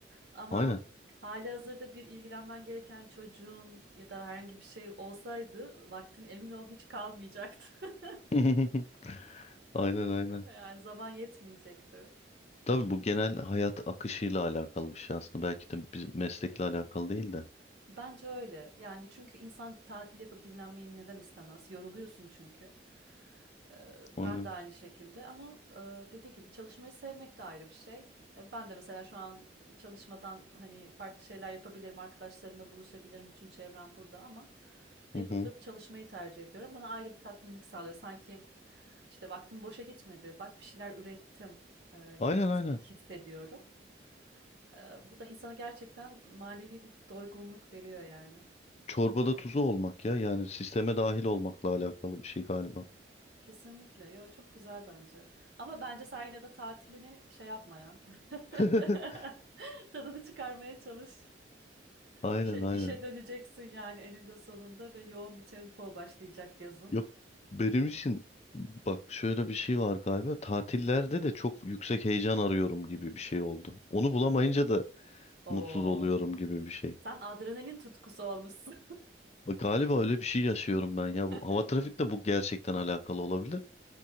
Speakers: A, on the right; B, on the left.
A: Ama
B: aynen.
A: halihazırda bir ilgilenmen gereken çocuğun ya da herhangi bir şey olsaydı vaktin emin ol hiç kalmayacaktı. <laughs>
B: <laughs> Aynen aynen.
A: Yani zaman yetmeyecekti.
B: Tabii bu genel hayat akışıyla alakalı bir şey aslında. Belki de bizim meslekle alakalı değil de.
A: Bence öyle. Yani çünkü insan tatil yapıp dinlenmeyi neden istemez? Yoruluyorsun çünkü. Ee, Ben
B: Aynen.
A: de aynı şekilde ama e, dediği gibi çalışmayı sevmek de ayrı bir şey. E, Ben de mesela şu an çalışmadan hani farklı şeyler yapabilirim, arkadaşlarımla buluşabilirim, bütün çevrem burada ama evde
B: Hı hı.
A: oturup çalışmayı tercih ediyorum. Bana ayrı bir tatminlik sağlıyor. Sanki işte vaktim boşa gitmedi, bak bir şeyler ürettim e, gibi
B: Aynen
A: his-
B: aynen.
A: hissediyorum. E, Bu da insana gerçekten manevi bir doygunluk veriyor yani.
B: Çorbada tuzu olmak ya. Yani sisteme dahil olmakla alakalı bir şey galiba.
A: Kesinlikle. Yo, çok güzel bence. Ama bence sen yine de tatilini şey yapma ya. <laughs>
B: <laughs>
A: Tadını çıkarmaya çalış.
B: Aynen
A: İşe,
B: aynen.
A: işe döneceksin yani eninde sonunda ve yoğun bir tempo başlayacak yazın.
B: Yok benim için bak şöyle bir şey var galiba. Tatillerde de çok yüksek heyecan arıyorum gibi bir şey oldu. Onu bulamayınca
A: Ah.
B: da
A: Oo.
B: mutsuz oluyorum gibi bir şey.
A: Sen adrenalin tutkusu olmuşsun.
B: Bak, Galiba öyle bir şey yaşıyorum ben ya.
A: <laughs>
B: Bu, hava trafikte bu gerçekten alakalı olabilir.